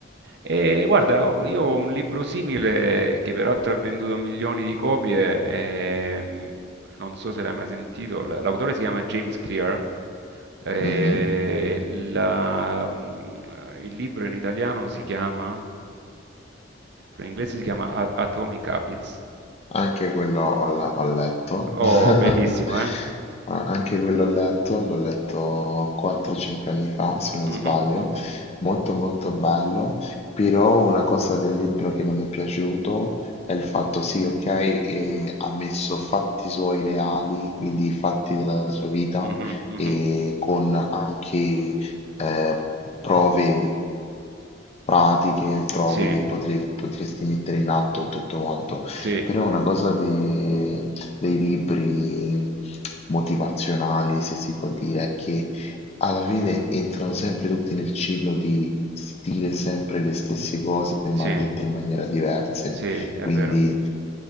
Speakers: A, on the right; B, on the left.
A: E guarda, io ho un libro simile che peraltro ha venduto milioni di copie, ehm, non so se l'hai mai sentito, l- l'autore si chiama James Clear, eh,
B: Mhm.
A: la- mm, il libro in italiano si chiama, in inglese si chiama A- Atomic Habits.
B: Anche quello ho, le- ho letto,
A: Oh,
B: <laughs>
A: bellissimo, eh?
B: Ah, anche quello ho letto, l'ho letto 4-5 anni fa, se non
A: Mhm,
B: sbaglio, molto molto bello, però una cosa del libro che non mi è piaciuto è il fatto, sì, ok, eh, ha messo fatti suoi reali, quindi fatti della sua vita,
A: mhm, mhm.
B: e con anche eh, prove pratiche, prove
A: Sì,
B: che potre- potresti mettere in atto e tutto quanto.
A: sì,
B: Però una cosa de- dei libri motivazionali, se si può dire, è che alla fine entrano sempre tutti nel ciclo di s- dire sempre le stesse cose, ma
A: sì,
B: dette in maniera diversa.
A: sì, è
B: Quindi
A: vero.